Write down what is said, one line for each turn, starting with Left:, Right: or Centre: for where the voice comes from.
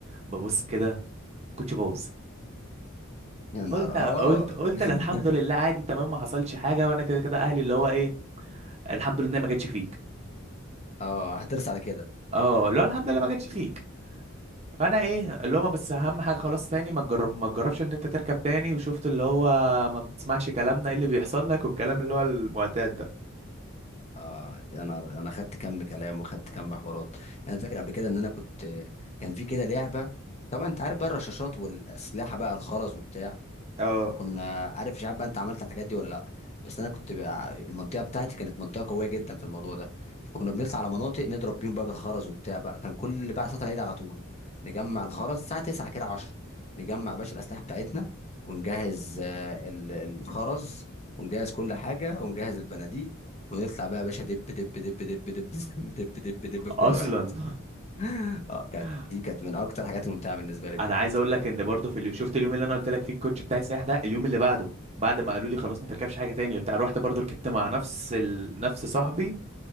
Right: ببص كده كنت بوظ
Left: يا نهار
Right: قلت
Left: اه
Right: قلت قلت
Left: <laughs>
Right: لا، الحمد لله عادي تمام ما حصلش حاجه وانا كده كده اهلي اللي هو ايه الحمد لله إن هي ما جاتش فيك
Left: اه هترس على كده
Right: اه اللي هو الحمد لله ما جاتش فيك فانا ايه اللي هو ما بس اهم حاجه خلاص تاني ما تجرب ما تجربش ان انت تركب تاني وشفت اللي هو ما بتسمعش كلامنا ايه اللي بيحصل لك والكلام اللي هو المعتاد ده
Left: اه يا نهار انا خدت كم كلام وخدت كم حوارات انا فاكر قبل كده ان انا كنت كان في كده لعبه طبعا انت عارف بقى الرشاشات والاسلحه بقى الخرز وبتاع
Right: اه
Left: فكنا عارف مش عارف بقى انت عملت الحاجات دي ولا لا بس انا كنت بقى المنطقه بتاعتي كانت منطقه قويه جدا في الموضوع ده فكنا بنطلع على مناطق نضرب بيهم بقى بالخرز وبتاع بقى كان كل بقى صلاه العيد على طول نجمع الخرز الساعه 9 كده 10 نجمع باشا الاسلحه بتاعتنا ونجهز آه، ال- الخرز ونجهز كل حاجه ونجهز البنادق ونطلع بقى يا باشا دب دب دب دب دب <laughs> دب دب دب في
Right: اصلا
Left: كل واحد <laughs> اه
Right: <laughs>
Left: كانت دي كانت من اكتر الحاجات الممتعه بالنسبه لي بجد
Right: انا عايز اقول لك ان برضه في اليو... شفت اليوم اللي انا قلت لك فيه الكوتش بتاعي سايح ده اليوم اللي بعده بعد ما قالوا لي خلاص ما تركبش حاجه تانية بتاع رحت برضه ركبت مع نفس ال... نفس صاحبي